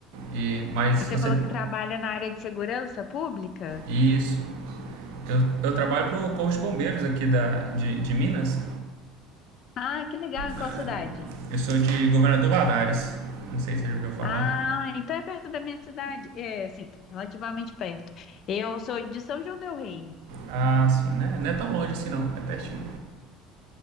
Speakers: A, on the right (about 60°); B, on the left (about 45°).
A: E, mas
B: Você
A: você...
B: falou que trabalha na área de segurança pública?
A: Isso. Eu, eu trabalho para o Corpo de Bombeiros aqui da, de, de Minas.
B: Ah, que legal, em qual
A: É,
B: cidade?
A: eu sou de Governador Valadares. Não sei se você já ouviu falar.
B: Ah, então é perto da minha cidade. É, assim, relativamente perto. Eu sou de São João del Rei.
A: Ah, sim, né? Não é tão longe assim não, é pertinho.